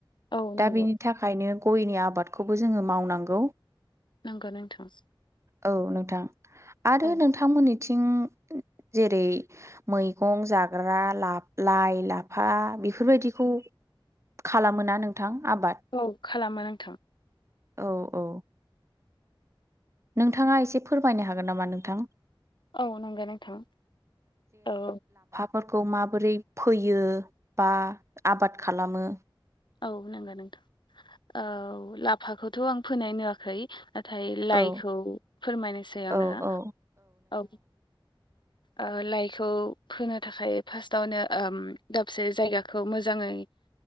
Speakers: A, on the left; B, on the right.
A: औ नांगौ
B: दा बिनि थाखायनो गयनि आबादखौबो जोङो मावनांगौ।
A: नोंगो नोंथां।
B: औ नोंथां आरो
A: औ
B: नोंथांमोननि थिं जेरै मैगं जाग्रा ला लाइ, लाफा बेफोरबायदिखौ खालामोना नोंथां आबाद?
A: औ खालामो नांथों।
B: औ औ नोंथाङा एसे फोरमायनो हागोन नामा नोंथां?
A: औ नोंगो नोंथां औ।
B: फोरखौ माबोरै फोयो बा आबाद खालामो?
A: औ नंगौ नोंथां औ लाफाखौथ' आं फोनाय नुवाखै नाथाय
B: औ
A: लाइखौ फोरमायनोसै आंओ
B: औ औ
A: औ ओ लाइखौ फोनो थाखाय फार्स्टआवनो ओम दाबसे जायगाखौ मोजाङै ओ